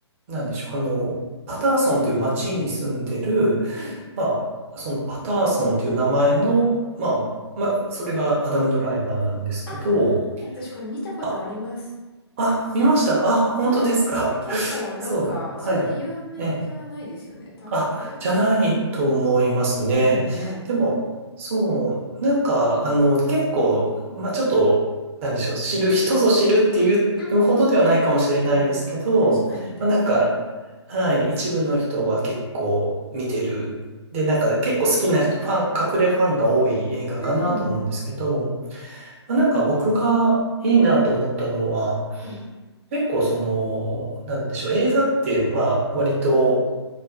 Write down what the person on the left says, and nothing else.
はい。
ああ、私これ見たことあります。
はい。え、結構なんか、
そんな有名じゃないですよね、
多分これ。
ですよね。
うーん。確かに、確かに。
うん。
はい。